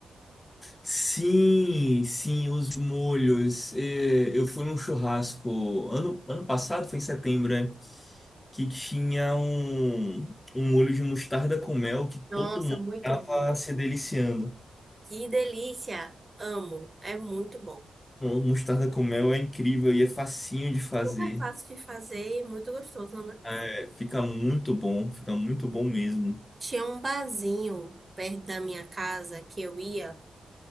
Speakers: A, on the left (about 20°); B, on the right (about 35°).
A: Sim, sim, os molhos. É, Eu fui num churrasco ano, ano passado, foi em setembro, né? Que tinha um, um molho de mostarda com mel que
B: Nossa,
A: todo mundo
B: muito
A: tava
B: bom.
A: se deliciando.
B: Que delícia! Amo. É muito bom.
A: Mu- Mostarda com mel é incrível e é facinho de fazer.
B: Super fácil de fazer e muito gostoso, né?
A: É, fica muito bom, fica muito bom mesmo.
B: Tinha um barzinho perto da minha casa que eu ia,